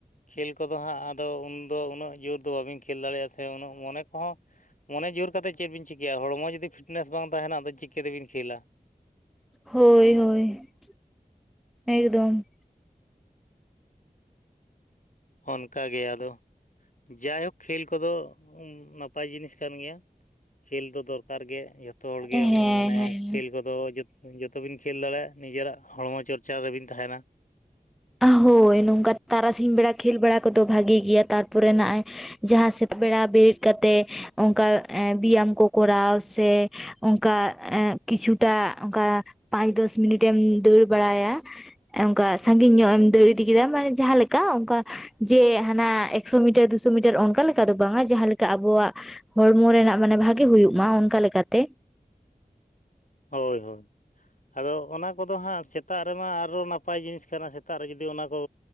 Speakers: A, on the left; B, in the centre.
A: ᱠᱷᱮᱞ ᱠᱚᱫᱚ ᱦᱟᱸᱜ ᱟᱫᱚ ᱩᱱᱫᱚ, ᱩᱱᱟᱹᱜ ᱡᱳᱨ ᱫᱚ ᱵᱟᱹᱵᱤᱱ ᱠᱷᱮᱞ ᱫᱟᱲᱮᱭᱟᱜᱼᱟ ᱥᱮ, ᱩᱱᱟᱹᱜ ᱢᱚᱱᱮ ᱠᱚᱦᱚᱸ ᱢᱚᱱᱮ ᱡᱳᱨ ᱠᱟᱛᱮᱫ ᱪᱮᱫ ᱵᱤᱱ ᱪᱤᱠᱟᱹᱭᱟ, ᱦᱚᱲᱢᱚ ᱡᱩᱫᱤ ᱯᱷᱤᱴᱱᱮᱥ ᱵᱟᱝ ᱛᱟᱦᱮᱱᱟ ᱟᱫᱚ ᱪᱤᱠᱟᱹ ᱛᱮᱵᱤᱱ ᱠᱷᱮᱞᱟ᱾
B: ᱦᱳᱭ ᱦᱳᱭ, ᱮᱠᱫᱚᱢ᱾
A: ᱚᱱᱠᱟᱜᱮ ᱟᱫᱚ ᱡᱟᱭᱦᱳᱠ, ᱠᱷᱮᱞ ᱠᱚᱫᱚ ᱱᱟᱯᱟᱭ ᱡᱤᱱᱤᱥ ᱠᱟᱱ ᱜᱮᱭᱟ᱾ ᱠᱷᱮᱞ ᱫᱚ ᱫᱚᱨᱠᱟᱨ ᱜᱮ, ᱡᱚᱛᱚ ᱦᱚᱲᱜᱮ
B: ᱦᱮᱸ
A: ᱢᱟᱱᱮ
B: ᱦᱮᱸ
A: ᱠᱷᱮᱞ ᱠᱚ ᱫᱚ ᱡᱚᱛ ᱡᱚᱛᱚᱵᱤᱱ ᱠᱷᱮᱞ ᱫᱟᱲᱮᱭᱟᱜᱼᱟ, ᱱᱤᱡᱮᱨᱟᱜ ᱦᱚᱲᱢᱚ ᱪᱚᱨᱪᱟ ᱨᱮᱵᱤᱱ ᱛᱟᱦᱮᱱᱟ᱾
B: ᱦᱳᱭ, ᱱᱚᱝᱠᱟ ᱛᱟᱨᱟᱥᱤᱧ ᱵᱮᱲᱟ ᱜᱷᱮᱞ ᱵᱟᱲᱟ ᱠᱚᱫᱚ ᱵᱷᱟᱜᱤ ᱜᱮᱭᱟ, ᱛᱟᱨᱯᱚᱨᱮ ᱱᱚᱜᱼᱚᱭ ᱡᱟᱦᱟ ᱥᱮᱛᱟᱜ ᱵᱮᱲᱟ ᱵᱮᱨᱮᱫ ᱠᱟᱛᱮᱜ, ᱚᱱᱠᱟ ᱮ ᱵᱮᱭᱟᱢ ᱠᱚ ᱠᱚᱨᱟᱣ ᱥᱮ ᱚᱱᱠᱟ ᱮ ᱠᱤᱪᱷᱩᱴᱟ ᱚᱱᱠᱟ ᱯᱟᱸᱪ ᱫᱚᱥ ᱢᱤᱱᱤᱴ ᱮᱢ ᱫᱟᱹᱲ ᱵᱟᱲᱟᱭᱟ <unintelligible> ᱥᱟᱸᱜᱤᱧ ᱧᱚᱜ ᱮᱢ ᱫᱟᱹᱲ ᱤᱫᱤ ᱠᱮᱫᱟ, ᱢᱟᱱᱮ ᱡᱟᱦᱟ ᱞᱮᱠᱟ, ᱚᱱᱠᱟ ᱡᱮ ᱦᱟᱱᱟ ᱮᱠᱥᱚ ᱢᱤᱴᱟᱨ ᱫᱩᱥᱚ ᱢᱤᱴᱟᱨ ᱚᱱᱠᱟ ᱞᱮᱠᱟ ᱚᱱᱠᱟ ᱫᱚ ᱵᱟᱝ ᱟ, ᱡᱟᱦᱟᱸ ᱞᱮᱠᱟ ᱟᱵᱚᱣᱟᱜ ᱦᱚᱲᱢᱚ ᱨᱮᱱᱟᱜ ᱢᱟᱱᱮ ᱵᱷᱟᱜᱮ ᱦᱩᱭᱩᱜ ᱢᱟ ᱚᱱᱠᱟ ᱞᱮᱠᱟᱛᱮ᱾
A: ᱦᱳᱭ ᱦᱳᱭ, ᱟᱫᱚ ᱚᱱᱟ ᱠᱚᱫᱚ ᱦᱟᱸᱜ ᱥᱮᱛᱟᱜ ᱨᱮᱢᱟ ᱟᱨᱚ ᱱᱟᱯᱟᱭ ᱡᱤᱱᱤᱥ ᱠᱟᱱᱟ᱾ ᱥᱮᱛᱟᱜ ᱨᱮ ᱡᱩᱫᱤ ᱚᱱᱟ ᱠᱚ